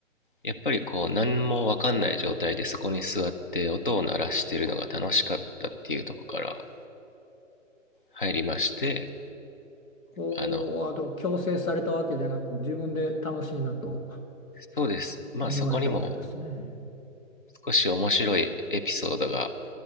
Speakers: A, on the left; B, on the left.
A: やっぱりこう何も分かんない状態でそこに座って音を鳴らしてるのが楽しかったっていうところから入りまして、
B: こう、
A: あの、
B: あの、強制されたわけじゃなく、自分で楽しいなと
A: そうです。まあそこにも
B: 思われたわけですね。
A: 少し面白いエピソードが